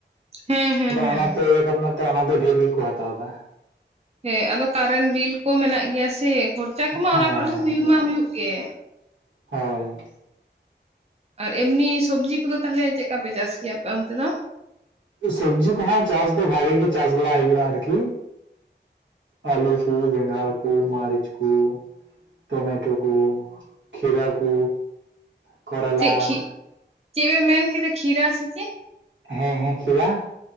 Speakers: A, on the right; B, on the right.
A: ᱦᱮᱸ ᱦᱮᱸ
B: ᱟᱫᱚ
A: ᱦᱮᱸ
B: ᱚᱱᱟᱛᱮ ᱤᱭᱟᱹ ᱠᱟᱨᱚᱱᱮ ᱛᱮ ᱚᱱᱟ ᱫᱚ ᱰᱷᱮᱨ ᱜᱮᱠᱚ ᱦᱟᱛᱟᱣ ᱫᱟ
A: ᱦᱮᱸ ᱟᱫᱚ ᱠᱟᱨᱮᱱᱴ ᱵᱤᱞ ᱠᱚ ᱢᱮᱱᱟᱜ ᱜᱮᱭᱟ ᱥᱮ ᱠᱷᱚᱨᱪᱟ ᱠᱚᱢᱟ
B: ᱦᱮᱸ
A: ᱚᱱᱟ ᱠᱚᱨᱮ
B: ᱦᱮᱸ
A: ᱦᱚᱸ ᱦᱩᱭᱩᱜ
B: ᱦᱮᱸ
A: ᱢᱟ ᱦᱩᱭᱩᱜ ᱜᱮ
B: ᱦᱳᱭ
A: ᱟᱨ ᱮᱢᱱᱤ ᱥᱚᱵᱽᱡᱤ ᱠᱚᱫᱚ ᱛᱟᱦᱚᱞᱮ ᱪᱮᱫ ᱞᱮᱠᱟᱯᱮ ᱪᱟᱥ ᱜᱮᱭᱟᱮ ᱟᱯᱮ ᱚᱱᱛᱮ ᱫᱚ
B: ᱥᱚᱵᱡᱤ ᱠᱚᱦᱚᱸ ᱪᱟᱥ ᱫᱚ ᱵᱷᱟᱜᱤ ᱜᱮ ᱪᱟᱥ ᱵᱟᱲᱟ ᱦᱩᱭᱩᱜᱼᱟ ᱟᱨᱠᱤ ᱟᱹᱞᱩ ᱠᱩ ᱵᱮᱸᱜᱟᱲ ᱠᱩ ᱢᱟᱹᱨᱤᱪ ᱠᱩ ᱴᱚᱢᱮᱴᱳ ᱠᱚ ᱠᱷᱮᱨᱟ ᱠᱚ ᱠᱚᱨᱚᱞᱟ
A: ᱪᱮᱫ ᱠᱷᱤᱜ ᱪᱮᱜ ᱵᱤᱱ ᱢᱮᱱ ᱠᱮᱫᱟ ᱠᱷᱤᱨᱟ ᱥᱮ ᱪᱮᱫ
B: ᱦᱮᱸ ᱦᱮᱸ ᱠᱷᱤᱨᱟ